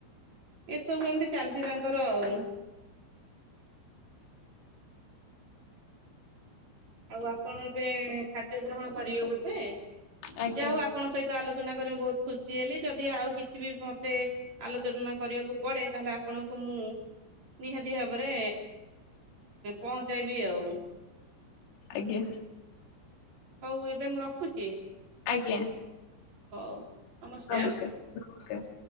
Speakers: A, on the right; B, on the left.
A: ଏସବୁ ଏମିତି ଚାଲିଛି ତାଙ୍କର ଆଉ। ଆଉ ଆପଣ ଏବେ ଖାଦ୍ୟ ଗ୍ରହଣ କରିବେ ବୋଧେ
B: ଆଜ୍ଞା
A: ଯାହା ହଉ ଆପଣଙ୍କ ସହିତ ଆଲୋଚନା ଯ କରି ମୁ ବହୁତ ଖୁସି ହେଲି ଯଦି ଆଉ କିଛି ବି ମତେ ଆଲୋଚନା କରିବାକୁ ପଡେ ତାହେଲେ ଆପଣଙ୍କୁ ମୁଁ ନିହାତି ଭାବରେ ପହଞ୍ଚାଇବି ଆଉ।
B: ଆଜ୍ଞା।
A: ହଉ ଏବେ ମୁଁ ରଖୁଛି।
B: ଆଜ୍ଞା।
A: ହଉ। ନମସ୍କାର।
B: ନମସ୍କାର ନମସ୍କାର।